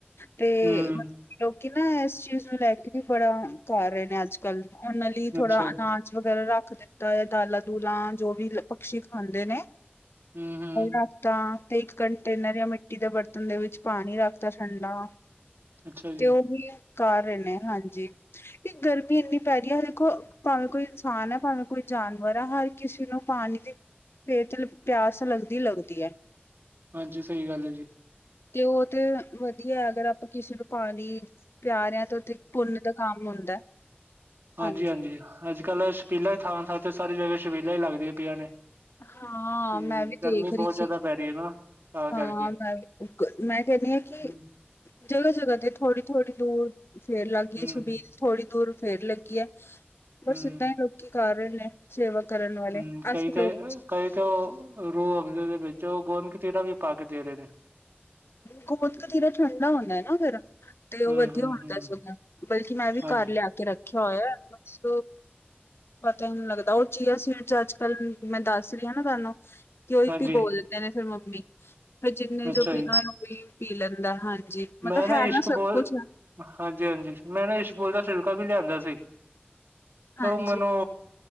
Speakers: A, on the left; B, on the right.
A: ਤੇ
B: ਹੂੰ
A: ਲੋਕੀ ਨਾ, ਇਸ ਚੀਜ਼ ਨੂੰ ਲੈ ਕੇ ਵੀ ਬੜਾ ਕਰ ਰਹੇ ਨੇ ਅੱਜ- ਕਲ, ਉਹਨਾਂ ਲਈ
B: ਅੱਛਾ
A: ਥੋੜਾ ਅਨਾਜ ਵਗੈਰਾ ਰੱਖ ਦਿੱਤਾ ਏ, ਦਾਲਾਂ ਦੂਲਾਂ ਜੋ ਵੀ ਪਕੱਸ਼ੀ ਖਾਂਦੇ ਨੇ।
B: ਹੂੰ ਹੂੰ
A: ਰੱਖਦਾ, ਤੇ ਇੱਕ ਕੰਟੇਨਰ ਜਾਂ ਮਿੱਟੀ ਦੇ ਬਰਤਨ ਦੇ ਵਿੱਚ ਪਾਣੀ ਰੱਖਦਾ ਠੰਡਾ
B: ਅੱਛਾ ਜੀ
A: ਤੇ ਉਹ ਵੀ ਕਰ ਰਹੇ ਨੇ, ਹਾਂਜੀ ਤੇ ਗਰਮੀ ਇਨੀ ਪੈ ਰਹੀ ਹੈ ਦੇਖੋ ਭਾਵੇਂ ਕੋਈ ਇਨਸਾਨ ਹੈ ਭਾਵੇਂ ਕੋਈ ਜਾਨਵਰ ਹੈ ਹਰ ਕਿਸੇ ਨੂੰ ਪਾਣੀ ਦੀ ਫੇਰ ਪਿਆਸ ਲੱਗਦੀ- ਲੱਗਦੀ ਹੈ।
B: ਹਾਂਜੀ। ਸਹੀ ਗੱਲ, ਐ ਜੀ।
A: ਤੇ ਉਹ ਤੇ ਵਧੀਆ, ਅਗਰ ਆਪਾਂ ਕਿਸੇ ਨੂੰ ਪਾਣੀ ਪਿਆ ਰਹੇ ਹਾਂ ਤੇ ਪੁੰਨ ਦਾ ਕੰਮ ਹੁੰਦਾ।
B: ਹਾਂਜੀ-ਹਾਂਜੀ,
A: ਹਾਂਜੀ
B: ਅੱਜ ਕੱਲ੍ਹ ਛਪੀਲਾ ਥਾਂ-ਥਾਂ ਤੇ ਸਾਰੀ ਜਗ੍ਹਾ ਛਪੀਲਾ ਹੀ ਲੱਗਦੀਆਂ ਪਈਆਂ ਨੇ।
A: ਹਾਂ
B: ਤੇ
A: ਮੈਂ ਵੀ
B: ਗਰਮੀ
A: ਦੇਖ ਰਹੀ
B: ਬਹੁਤ
A: ਸੀ
B: ਜਿਆਦਾ ਪੈ ਰਹੀ ਹੈ ਨਾ। ਤਾਂ ਕਰਕੇ
A: ਹਾਂ, ਮੈਂ ਮੈਂ ਕਹਿੰਦੀ ਹਾਂ
B: ਹੂੰ
A: ਕਿ ਜਗ੍ਹਾ-ਜਗ੍ਹਾ ਤੇ ਥੋੜ੍ਹੀ-ਥੋੜ੍ਹੀ ਦੂਰ ਫੇਰ ਲੱਗ ਗਈਏ,
B: ਹੂੰ
A: ਛਬੀਲ
B: ਹੂੰ
A: ਥੋੜ੍ਹੀ ਦੂਰ ਫੇਰ ਲੱਗੀ ਐ, ਬਸ
B: ਹੂੰ
A: ਏਦਾਂ ਹੀ ਲੋਕੀ ਕਰ ਰਹੇ ਨੇ। ਸੇਵਾ ਕਰਨ ਵਾਲੇ,
B: ਹੂੰ, ਕਈ
A: ਅਸੀ
B: ਤੇ
A: ਲੋਕ
B: ਕਈ ਤੇ ਰੂਹ ਅਵਜੇ ਚ, ਉਹ ਗੋਦ ਕਤੀਰਾ ਵੀ ਪਾ ਕੇ ਦੇ ਰਹੇ ਨੇ
A: ਗੋਤ ਕਥੀਰਾ ਠੰਡਾ ਹੋਣਾ ਨਾ ਫੇਰ ਤੇ ਉਹ
B: ਹੂੰ,
A: ਵਧੀਆ
B: ਹੂੰ,
A: ਹੁੰਦਾ,
B: ਹੂੰ
A: ਸੋਂ ਬਲਕਿ ਮੈਂ ਵੀ
B: ਹਾਂਜੀ।
A: ਘਰ ਲਿਆ ਕੇ ਰੱਖਿਆ ਹੋਇਆ, ਬੱਸ। ਪਤਾ ਹੀ ਨਹੀਂ ਲੱਗਦਾ, ਉਹ ਚੀਆ ਸੀਡਸ ਚ ਅੱਜ ਕੱਲ, ਮੈਂ ਦੱਸ ਰਹੀ ਹ ਨਾ ਤੁਹਾਨੂੰ ਕਿਓਹੀ
B: ਹਾਂਜੀ,
A: ਭਿਗੋਲ ਦਿੰਦੇ ਨੇ ਫੇਿਰ ਮੰਮੀ, ਫਿਰ ਜਿੰਨੇ ਜੋ
B: ਅੱਛਾ
A: ਪੀਣਾ
B: ਜੀ,
A: ਹੋਏ ਉਹੀ ਪੀ ਲੈਂਦਾ ਹਾਂਜੀ। ਮਤਲਬ
B: ਮੈਂ
A: ਹੈ
B: ਇਸ਼ਕ
A: ਨਾ ਸਭ
B: ਬੋਲ
A: ਕੁਛ ਆ।
B: ਹਾਂਜੀ-ਹਾਂਜੀ, ਮੈਂ ਨਾ ਇਸਬਪੂਲ ਦਾ ਛਿਲਕਾ ਵੀ ਲਿਆਂਦਾ ਸੀ। ਪਰੋ
A: ਹਾਂਜੀ
B: ਮਨੋ